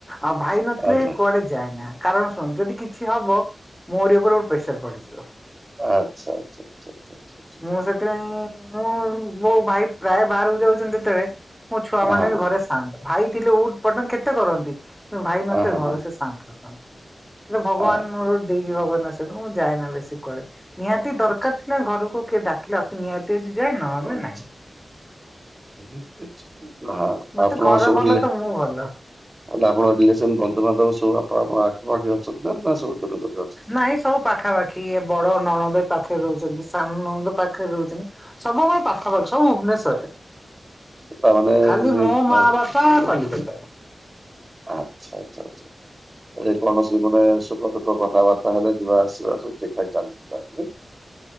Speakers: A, in the centre; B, on the right (about 25°).
A: ଆଉ ଭାଇ
B: ଆଜ୍ଞା
A: ନଥିଲେ କୁଆଡେ ଯାଏନା। କାରଣ ଶୁଣ ଯଦି କିଛି ହବ ମୋରି ଉପରେ ଗୋ ପ୍ରେସର ପଡିଯିବ।
B: ଆଚ୍ଛା ଆଚ୍ଛ ଆଛା ଆଛା ଛା।
A: ମୁଁ ସେଥିପାଇଁ ମୁଁ ମୋ ଭାଇ ପ୍ରାୟ ବାହାରକୁ ଯାଉଛନ୍ତି ଯେତେବେଳେ ମୋ ଛୁଆ ମାନେ
B: ହଁ
A: ବି
B: ହଁ।
A: ଘରେ ଶାନ୍ତ। ଭାଇ ଥିଲେ ଉଟ ପଟଙ୍ଗ କେତେ କରନ୍ତି, ଭାଇ ନଥିଲେ
B: ଆ ହଁ
A: ଘରେ
B: ହଁ
A: ସେ ଶାନ୍ତ। ହେଲେ ଭଗବାନ
B: ଆ-
A: ମୋର <unintelligible> ମୁଁ ଯାଏନା ବେଶୀ କୁଆଡେ। ନିହାତି
B: ଆ-
A: ଦରକାର
B: ଆଚ୍ଛା
A: ଥିଲା ଘରକୁ କିଏ ଡାକିଲେ ଅତି ନିହାତି ଅଛି ଯାଏ ନହଲେ
B: ଆଚ୍ଛା।
A: ନାଇଁ।
B: <unintelligible>
A: ମତେ ଘର ଭଲ ତ ମୁଁ ଭଲ।
B: ଆପଣଙ୍କ ରିଲେସନ୍ ବନ୍ଧୁବାନ୍ଧବ ସବୁ ଆପ ଆପଣ ଆଖପାଖରେ ଅଛନ୍ତି ନା ନା ସବୁ ଦୂର ଦୂର ରେ ଅଛନ୍ତି?
A: ନାଇଁ ସବୁ ପାଖାପାଖି ଏ ବଡ଼ ନଣନ୍ଦ ଏଇ ପାଖରେ ରହୁଛନ୍ତି, ସାନ ନଣନ୍ଦ ପାଖରେ ରହୁଛନ୍ତି। ସବୁ ମୋ ପାଖାପାଖି ସବୁ ଭୁବନେଶ୍ଵରରେ,
B: ତାମାନେ
A: ଖାଲି
B: ଯେ-
A: ମୋ ମା ବା କଣ କଲି?
B: ଆଚ୍ଛା ଆଚ୍ଛା ଆଚ୍ଛା। ଏ କୌଣସି ମାନେ ସୁଖ ଦୁଃଖ କଥାବାର୍ତ୍ତା ହେଲେ ଯିବା ଆସିବା ସବୁ ଠିକ୍ ଠାକ୍ ଚାଲି <unintelligible>